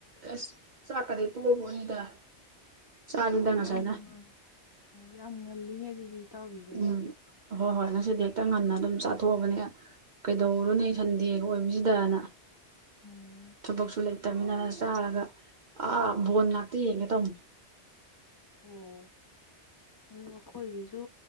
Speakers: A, on the right (about 55°); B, on the left (about 30°).
A: ꯑ ꯆꯀꯗꯤ ꯊꯣꯑꯄꯣꯠꯅꯤꯗ ꯆꯥꯅꯨꯗꯥ
B: ꯑꯣ ꯌꯥꯝ
A: ꯉꯥꯏꯁꯥꯏꯅꯥ
B: ꯉꯟ ꯑꯣ ꯌꯥꯝ ꯉꯜꯂꯤꯅꯦ ꯑꯗꯨ ꯇꯥꯎꯕꯤꯈꯣꯏꯒꯤꯗꯤ
A: ꯎꯝ ꯍꯣꯏ ꯍꯣꯏ ꯉꯁꯤꯗꯤ ꯍꯦꯛꯇ ꯉꯟꯅ ꯑꯗꯨꯝ ꯆꯥꯊꯣꯛꯑꯕꯅꯦ ꯀꯩꯗꯧꯔꯅꯤ
B: ꯎꯝ
A: ꯈꯟꯗ ꯗꯦꯒ ꯑꯣꯏꯕꯕꯁꯤꯗꯅ
B: ꯎꯝ
A: ꯊꯄꯣꯛꯁꯨ ꯂꯩ ꯇꯃꯤꯟꯅꯔ ꯆꯥꯔꯒ ꯑꯥ ꯕꯣꯟ ꯉꯥꯛꯇ ꯌꯦꯡꯒꯦ ꯇꯧꯃꯨ
B: ꯑꯣ ꯑꯗꯨꯒ ꯑꯩꯈꯣꯏꯒꯤꯁꯨ